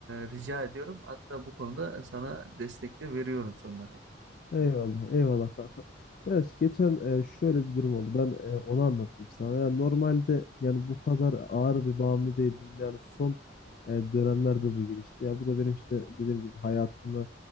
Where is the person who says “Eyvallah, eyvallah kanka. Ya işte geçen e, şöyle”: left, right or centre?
Left